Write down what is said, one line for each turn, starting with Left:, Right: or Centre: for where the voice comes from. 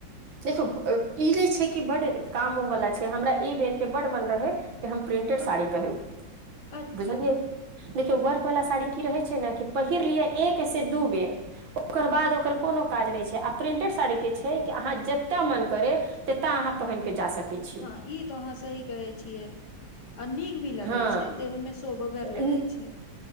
Right: देखियौ
Left: हँ
Right: ई नय छै कि बड्ड काम उम वला छै हमरा ई बेर के बड्ड मन रहै की हम प्रिंटेड
Left: हँ
Right: साड़ी पहिरू
Left: अच्छा
Right: बुझलियै देखियौ वर्क वला साड़ी की रहै छै ने कि पहिर लिय एक से दू बेर ओकर बाद ओकर कोनो काज नय छै आ प्रिंटेड साड़ी के छै कि अहाँ जेतऽ मन करे तेतऽ अहाँ पहिन के जा सकै छी
Left: हँ ई तो अहाँ सही कहै छियै आ नीक भी लगै
Right: हँ
Left: छै देह मे शोभगर
Right: न-
Left: लगै छै।